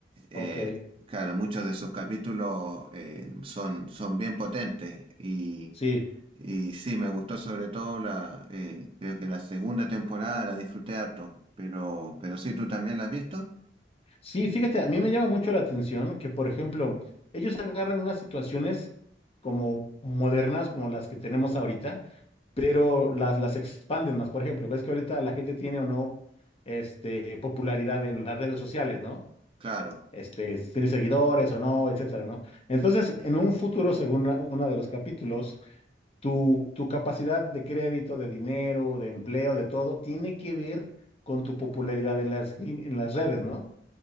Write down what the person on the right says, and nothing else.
eh,
claro, muchos de sus capítulos eh, son, son bien potentes y...
Y sí, me gustó sobre todo la, eh, creo que la segunda temporada la disfruté harto, pero, pero sí, ¿tú también la has visto?
Claro.